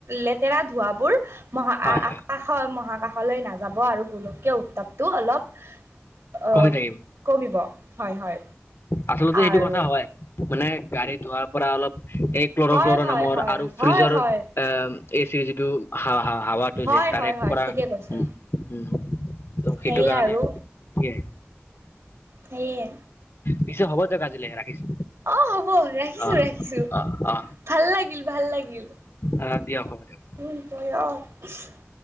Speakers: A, on the right (about 85°); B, on the left (about 60°).
A: লেতেৰা ধোঁৱাবোৰ মহা
B: হয়
A: আ
B: হয়
A: আ কাশ মহাকাশলৈ নাযাব গোলকীয় উত্তাপটো অলপ অ
B: কমি থাকিব
A: কমিব। হয় হয়।
B: আচলতে
A: আৰু
B: এইটো কথা হয় মানে গাড়ী ধোঁৱাৰ পৰা অলপ এই ক্লৰ
A: হয়
B: ফ্লৰ
A: হয়
B: নামৰ,
A: হয়
B: আৰু
A: হয়
B: ফ্ৰিজৰ
A: হয়
B: এ এচিৰ যিটো হা হাৱাত তো
A: হয়
B: যে তাৰে
A: হয় হয়
B: পৰা,
A: ঠিকে কৈছে
B: উম উম ত
A: সেয়ে
B: সেইটো কাৰণে
A: আৰু
B: কি
A: সেইয়ে।
B: পিছে হ'ব দিয়ক আজিলৈ ৰাখিছো।
A: অ' হ'ব ৰাখিছো
B: অ
A: ৰাখিছো।
B: অ অ
A: ভাল লাগিল ভাল লাগিল।
B: অ' দিয়ক হ'ব দিয়ক।
A: উম <unintelligible>